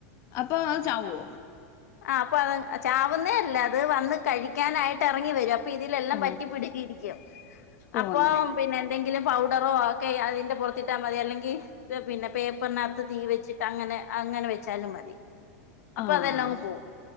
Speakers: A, on the left; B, on the left.
A: അപ്പൊ അത് ചാവോ?
B: അപ്പൊ അ ചാവുന്നേ അല്ല അത് വന്ന് കഴിക്കാനായിട്ട് ഇറങ്ങി വരും ഇതിലെല്ലാം
A: ഓഹ്
B: പറ്റി പിടിച്ചരിക്കും
A: ഓഹ്
B: അപ്പോ
A: അങ്ങനെ
B: പിന്നെ എന്തെങ്കിലും പൗഡറോ ഒക്കെ അതിന്റെ പുറത്തിട്ടാൽ മതി അല്ലെങ്കിൽ പിന്നെ പേപ്പറിനാത്ത് തീ വച്ചിട്ട് അങ്ങനെ അങ്ങനെ വെച്ചാലും മതി അപ്പൊ
A: ആഹ്
B: അതെല്ലാം അങ്ങ് പോകും